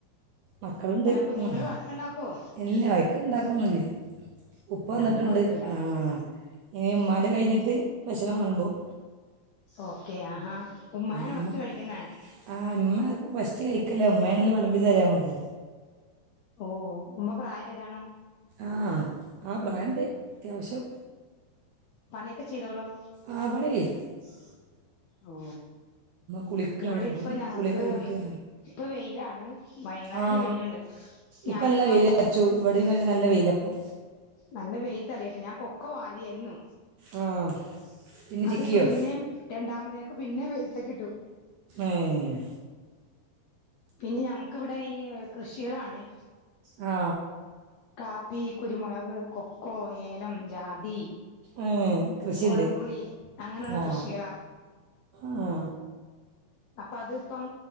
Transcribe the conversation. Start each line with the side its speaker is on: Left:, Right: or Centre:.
Right: മക്കളുണ്ട്
Left: അല്ല കുഞ്ഞുങ്ങള്
Right: ഉം
Left: വഴക്കുണ്ടാക്കുവോ
Right: ഇല്ല വഴക്ക് ഇണ്ടാക്കണൊന്നില്ല ഉപ്പ വന്നിട്ടുണ്ട്
Left: എന്നാ കൊഴപ്പില്ല
Right: ആഹ് ഇനി ഉമ്മാന്റെ കഴിഞ്ഞിട്ട് ഭക്ഷണം വെളമ്പും
Left: ഓക്കെ ആഹാ ഉമ്മാണോ
Right: ഉമ്മ
Left: ഫസ്റ്റ് കഴിക്കുന്നേ
Right: ആഹ് ഇമ്മ ഫസ്റ്റ് കഴിക്കല്ല ഉമ്മയാണെല്ലോ വെളമ്പി തരാ നമ്മക്ക്
Left: ഓ ഉമ്മ പ്രായം ആയതാണോ
Right: ആഹ് ആ പ്രായണ്ട് അത്യാവശ്യം
Left: പണിയൊക്കെ ചെയ്തോളും
Right: ആ പണി <unintelligible>
Left: ഓ
Right: കുളിക്കാണ്
Left: ഇവിടെ
Right: അപ്പം
Left: ഇപ്പൊ ഞങ്ങക്ക്
Right: കുളിയൊക്കെ കഴിഞ്ഞിട്ട്
Left: ഇപ്പൊ വെയിലാ വയ് നല്ല
Right: ആ
Left: വെയില്ണ്ട് ഞാനപ്പ
Right: ഇപ്പം നല്ല വെയിൽ
Left: കോ
Right: അരച്ചു ഇവിടെയും നല്ല നല്ല വെയിലപ്പം
Left: നല്ല വെയിൽ <unintelligible> ഞാൻ കൊക്കോ വാരിയായിരുന്നു
Right: ആ പിന്നെ
Left: അതിപ്പോ
Right: ചിക്കിയോ
Left: പിന്നേം മതേക്ക് പിന്നെ വെയിലത്തേക്കിട്ടു
Right: ഏഹ്
Left: പിന്നെ ഞങ്ങക്കവിടെ ഈ കൃഷികളാണെ
Right: ആ
Left: കാപ്പി കുരുമുളക് കൊക്കോ ഏലം ജാതി
Right: ഏ കൃഷിയുണ്ട്
Left: കൊടംപുളി അങ്ങനെയുള്ള
Right: ആ
Left: കൃഷികള
Right: ആ
Left: അപ്പൊ അത്പ്പം